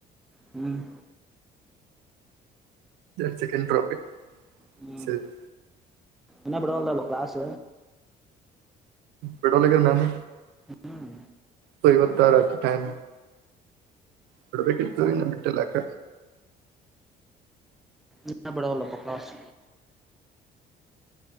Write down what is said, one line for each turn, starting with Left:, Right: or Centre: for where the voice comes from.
Centre: ಹ್ಮ್
Right: ಚಿಕನ್ ಟ್ರಾಪಿಕ್
Centre: ಹ್ಮ್
Right: ಸರಿ
Centre: ಇನ್ನ ಬಿಡಲ್ಲ ಅದು ಕ್ಲಾಸ್
Right: ಬಿಡವಲ್ ರಗ್ಯಾರ್ ನನ್ನ
Centre: ಹ್ಮ್
Right: ಸರಿ ಬತ್ತತಾರತ ಟೈಮ ಬಿಡಬೇಕಿತ್ತು ಇನ್ನ ಬಿಟ್ಟಿಲ್ಯಾಕ
Centre: ಇನ್ನ ಬಿಡಲ್ಲಪ್ಪ ಕ್ಲಾಸ್